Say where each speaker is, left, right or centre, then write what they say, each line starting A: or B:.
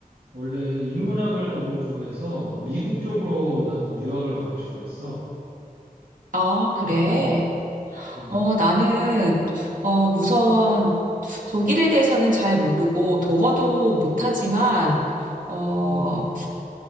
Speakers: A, on the right; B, on the right.
A: 원래 인문학을 너무 좋아해서 미국 쪽으로 나도 유학을 가고 싶어 했어.
B: 아, 그래?
A: 음,
B: 어, 나는 어, 우선 독일에 대해서는 잘 모르고 독어도 못하지만 어,
A: 음,